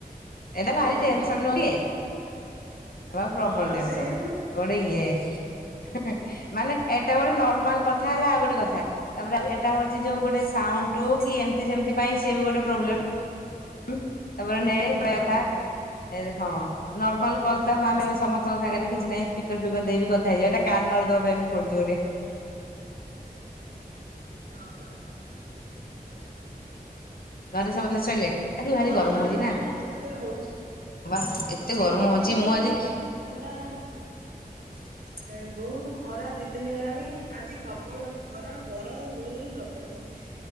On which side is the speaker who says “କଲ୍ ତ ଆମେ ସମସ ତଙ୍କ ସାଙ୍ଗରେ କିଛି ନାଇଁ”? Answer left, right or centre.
Left